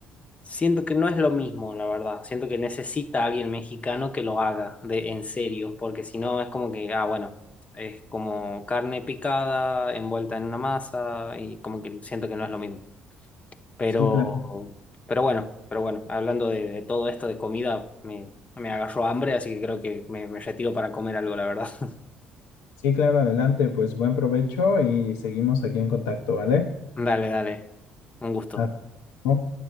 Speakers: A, on the left; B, on the left.
A: Siento que no es lo mismo, la verdad. Siento que necesita alguien mexicano que lo haga de en serio, porque si no es como que, ah, bueno, es como carne picada envuelta en una masa y como que siento que no es lo mismo. Pero,
B: Sí, claro.
A: pero bueno, pero bueno, hablando de, de todo esto de comida, me, me agarró hambre, así que creo que me, me retiro para comer algo, la verdad. <laughs>
B: Sí, claro, adelante. Pues buen provecho y seguimos aquí en contacto, ¿vale?
A: Dale, dale. Un gusto.
B: Hasta luego.